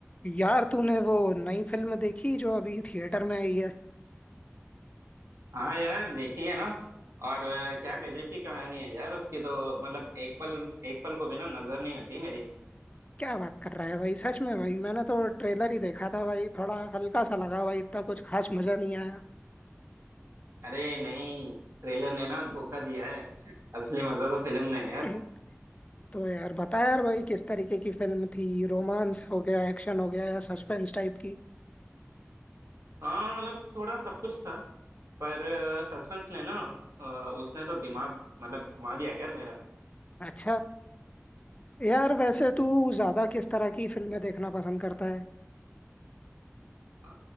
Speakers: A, on the left (about 25°); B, on the right (about 85°).
A: यार तूने वो नई फिल्म देखी जो अभी थिएटर में आई है
B: हाँ यार देखी है ना और अ, क्या गजब की कहानी है यार उसकी तो मतलब एक पल एक पल को भी ना नजर नहीं हटी मेरी
A: क्या बात कर रहा है भाई सच में भाई मैंने तो ट्रेलर ही देखा था भाई थोड़ा हल्का सा लगा भाई इतना कुछ खास मजा नहीं आया
B: अरे नहीं ट्रेलर ने ना धोखा दिया है असली मजा तो फिल्म में है यार
A: <laughs> तो यार बता यार भाई किस तरीके की फिल्म थी रोमांस हो गया एक्शन हो गया या सस्पेंस टाइप की
B: हाँ मतलब थोड़ा सब कुछ था पर सस्पेंस ने ना अ, उसने तो दिमाग मतलब घुमा दिया यार मेरा
A: अच्छा यार वैसे तू ज्यादा किस तरह की फिल्में देखना पसंद करता है
B: अ,